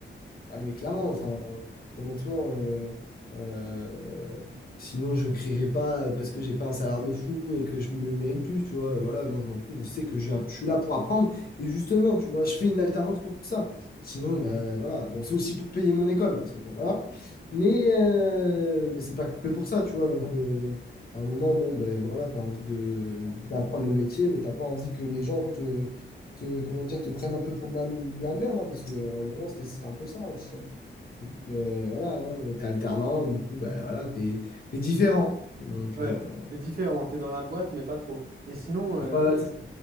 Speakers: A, on the left; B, on the right.
A: Ah mais clairement, enfin, honnêtement, euh, euh, sinon je crierai pas euh, parce que j'ai pas un salaire de fou et que je me mérite plus, tu vois. Voilà, moi je m'en fous, je sais que je, je suis là pour apprendre et justement, tu vois, je fais une alternance pour ça. Sinon, ben voilà, bon, c'est aussi pour payer mon école parce que bon, voilà, mais, euh, mais c'est pas que pour ça, tu vois. Donc, euh, à un moment, bon, ben voilà, t'as envie de d'apprendre le métier, mais t'as pas envie que les gens te te, comment dire, te prennent un peu pour de la, de la merde, hein, parce qu'à un moment, c'était, c'est un peu ça aussi. hein. C'est que, euh, voilà, hein, t'es alternant, du coup, bah, voilà, t'es, t'es différent. Donc,
B: Ouais,
A: euh,
B: c'est différent, t'es dans la boîte, mais pas trop. Et sinon, Ouais. euh,
A: voilà, c'est-